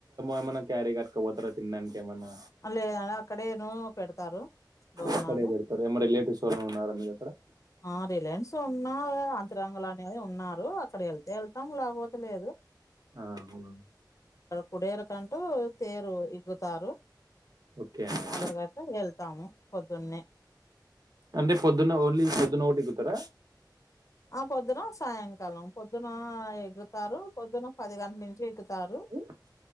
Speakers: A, on the right; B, on the left.
A: ఏమన్నా క్యారీ పట్టుక పోతారా తినడానికి ఏమన్నా
B: లేద అక్కడేను పెడతారు భోజనాలు.
A: అక్కడే బడతారు ఏమ రిలేటివ్స్ ఉన్నారా మీగక్కడ
B: ఆ రిలయన్స్ ఉన్నా అంతరంగుంలో అనేది ఉన్నారు అక్కడ వెళ్తే వెళ్తాం లేపోతేలేదు
A: ఆ అవును
B: కుడేరు కంటూ తేరు ఇగుతారు
A: ఓకే అండి
B: అక్కడి గట్ట వెళ్తాము పొద్దున్నే
A: అంటే పొద్దున్న ఓన్లీ పొద్దున ఓటెక్కుతరా?
B: ఆ పొద్దున సాయంకాలం పొద్దున ఎగుతారు పొద్దున పది గంటల నుంచి ఎగుతారు
A: ఉ